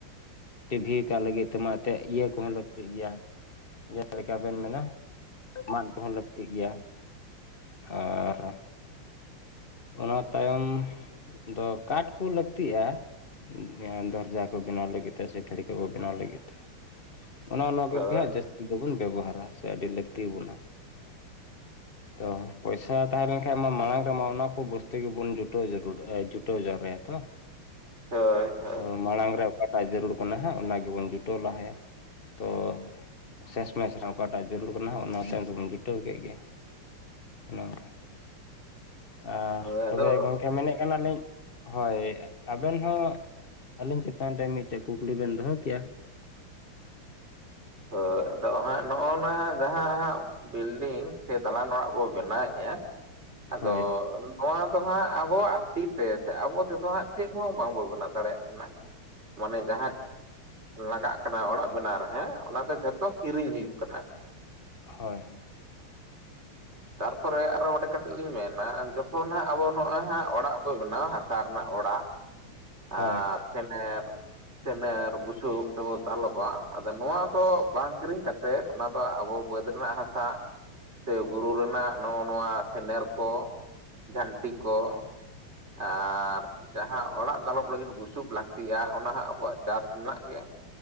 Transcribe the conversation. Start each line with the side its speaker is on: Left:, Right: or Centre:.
Left: ᱴᱤᱵᱷᱤ ᱠᱟᱜ ᱞᱟᱹᱜᱤᱫ ᱛᱮ ᱢᱟ ᱮᱛᱮᱫ ᱤᱭᱟᱹ ᱠᱚᱦᱚᱸ ᱞᱟᱠ ᱛᱤᱜ ᱜᱮᱭᱟ ᱡᱟᱦᱟ ᱞᱮᱠᱟ ᱵᱮᱱ ᱢᱮᱱᱟ ᱢᱟᱫ ᱠᱚᱦᱚᱸ ᱞᱟᱹᱠᱛᱤᱜ ᱜᱮᱭᱟ ᱾ ᱟᱨ ᱚᱱᱟ ᱛᱟᱭᱚᱢ ᱫᱚ ᱠᱟᱴ ᱠᱚ ᱞᱟᱹᱠᱛᱤᱜ-ᱟ ᱾ <inaudible> ᱫᱚᱨᱡᱟ ᱠᱚ ᱵᱮᱱᱟᱣ ᱞᱟᱹᱜᱤᱛ ᱛᱮ ᱥᱮ ᱠᱷᱟᱲᱤ ᱠᱚᱠᱚ ᱵᱮᱱᱟᱣ ᱞᱟᱜᱤᱫ ᱛᱮ ᱚᱱᱚ ᱚᱱᱟ ᱠᱚᱜᱮ
Right: ᱦᱳᱭ
Left: ᱦᱟᱸᱜ ᱡᱟᱹᱥᱛᱤ ᱫᱚᱵᱚᱱ ᱵᱮᱵᱚᱦᱟᱨᱟ ᱥᱮ ᱟᱹᱰᱤ ᱞᱟᱹᱠᱛᱤ ᱟᱵᱚᱱᱟ ᱾ ᱛᱚ ᱯᱚᱭᱥᱟ ᱛᱟᱦᱮᱸ ᱞᱮᱱᱠᱷᱟᱡ ᱢᱟ ᱢᱟᱲᱟᱝ ᱨᱮᱢᱟ ᱚᱱᱟ ᱠᱚ ᱵᱚᱥᱛᱩ ᱜᱮᱵᱚᱱ ᱡᱩᱴᱟᱹᱣ ᱡᱟᱹᱨᱩᱲᱟ ᱮ ᱡᱩᱴᱟᱹᱣ ᱡᱟᱣᱨᱟᱭᱟ ᱛᱚ ᱾
Right: ᱦᱳᱭ ᱦᱳᱭ
Left: <inaudible> ᱛᱚ ᱢᱟᱲᱟᱝ ᱨᱮ ᱚᱠᱟᱴᱟᱜ ᱡᱟᱹᱨᱩᱲ ᱠᱟᱱᱟ ᱦᱟᱸᱜ ᱚᱱᱟ ᱜᱮᱵᱚᱱ ᱡᱩᱴᱟᱹᱣ ᱞᱟᱦᱟᱭᱟ ᱾ ᱛᱚ ᱥᱮᱥ ᱢᱮᱥ ᱨᱮ ᱚᱠᱟᱴᱟᱜ ᱡᱟᱹᱨᱩᱲ ᱠᱟᱱᱟ ᱦᱟᱸᱜ ᱚᱱᱟ ᱛᱟᱭᱚᱢ ᱛᱮᱵᱚᱱ ᱡᱩᱴᱟᱹᱣ ᱠᱮᱜ ᱜᱮ ᱚᱱᱮ ᱚᱱᱠᱟ ᱟᱨ
Right: ᱦᱳᱭ ᱟᱫᱚ
Left: ᱛᱚᱵᱮ ᱜᱚᱝ ᱠᱮ ᱢᱮᱱᱮᱜ ᱠᱟᱱᱟᱞᱤᱧ ᱦᱳᱭ ᱟᱵᱮᱱ ᱦᱚᱸ ᱟᱹᱞᱤᱧ ᱪᱮᱛᱟᱱ ᱨᱮ ᱢᱤᱫᱴᱮᱱ ᱠᱩᱠᱞᱤ ᱵᱮᱱ ᱫᱚᱦᱚ ᱠᱮᱭᱟ?
Right: ᱦᱳ ᱟᱫᱚ ᱦᱟᱸᱜ ᱱᱚᱜ ᱱᱚᱣᱟ ᱡᱟᱦᱟ ᱦᱟᱸᱜ ᱵᱤᱞᱰᱤᱝ ᱥᱮ ᱫᱟᱞᱟᱱ ᱚᱲᱟᱜ ᱵᱚ ᱵᱮᱱᱟᱣᱮᱜ-ᱟ ᱟᱫᱚ
Left: ᱦᱳᱭ
Right: ᱱᱚᱣᱟ ᱫᱚ ᱦᱟᱸᱜ ᱟᱵᱚᱣᱟᱜ ᱛᱤᱛᱮ ᱥᱮ ᱟᱵᱚ ᱛᱮᱫᱚ ᱦᱟᱸᱜ ᱪᱮᱫ ᱦᱚᱸ ᱵᱟᱵᱚᱱ ᱵᱮᱱᱟᱣ ᱫᱟᱲᱮᱭᱟᱜ ᱠᱟᱱᱟ ᱾ ᱢᱟᱱᱮ ᱡᱟᱦᱟᱸᱠ ᱞᱟᱜᱟᱜ ᱠᱟᱱᱟ ᱚᱲᱟᱜ ᱵᱮᱱᱟᱣ ᱨᱮ ᱦᱮᱸ ᱚᱱᱟ ᱫᱚ ᱡᱷᱚᱛᱚ ᱠᱤᱨᱤᱧ ᱦᱩᱭᱩᱜ ᱠᱟᱱᱟ ᱾
Left: ᱦᱳᱭ,
Right: ᱛᱟᱨᱯᱚᱨᱮ ᱟᱨᱚ ᱚᱸᱰᱮ ᱠᱟᱹᱴᱤᱡ ᱞᱤᱧ ᱢᱮᱱᱟ ᱡᱚᱠᱷᱚᱱ ᱦᱟᱸᱜ ᱟᱵᱚ ᱱᱚᱣᱟ ᱦᱟᱸᱜ ᱚᱲᱟᱜ ᱵᱚ ᱵᱮᱱᱟᱣᱟ ᱦᱟᱥᱟ ᱨᱮᱱᱟᱜ ᱚᱲᱟᱜ
Left: ᱦᱳᱭ
Right: ᱟᱨ ᱯᱷᱮᱱᱮᱞ ᱥᱮᱱᱮᱨ ᱵᱩᱥᱩᱵ ᱛᱮᱵᱚ ᱫᱟᱞᱚᱵᱟ ᱟᱫᱚ ᱱᱚᱣᱟ ᱫᱚ ᱵᱟᱝ ᱠᱤᱨᱤᱧ ᱠᱟᱛᱮᱜ ᱥᱮ ᱚᱱᱟ ᱟᱵᱚ ᱵᱟᱹᱫᱽ ᱨᱮᱱᱟᱜ ᱦᱟᱥᱟ ᱥᱮ ᱵᱩᱨᱩ ᱨᱮᱱᱟᱜ ᱱᱚᱜᱚ ᱱᱚᱣᱟ ᱥᱮᱱᱮᱨ ᱠᱚ ᱡᱷᱟᱹᱱᱴᱤ ᱠᱚ ᱟᱨ ᱡᱟᱦᱟᱸ ᱚᱲᱟᱜ ᱫᱟᱞᱚᱵ ᱞᱟᱜᱤᱫ ᱵᱩᱥᱩᱵ ᱞᱟᱹᱠᱛᱤᱜ-ᱟ ᱚᱱᱟ ᱦᱟᱸᱜ ᱟᱵᱚᱣᱟᱜ ᱪᱟᱥ ᱨᱮᱱᱟᱜ ᱜᱮ